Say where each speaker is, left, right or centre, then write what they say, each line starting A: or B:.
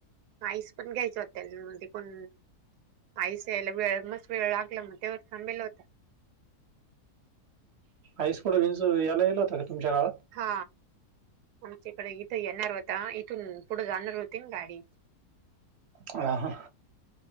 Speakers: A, on the right (about 85°); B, on the right (about 60°).
A: आईस पण घ्यायचं होत कोण आयस याला वेळ मस् वेळ लागला मग तेवर थांबल होता
B: आईसकुडं बच यायला येईल होता का तुमच्या गावात
A: हा आमच्या इकडे इथं येणार होता इथून पुढं जाणार होती ना गाडी
B: ह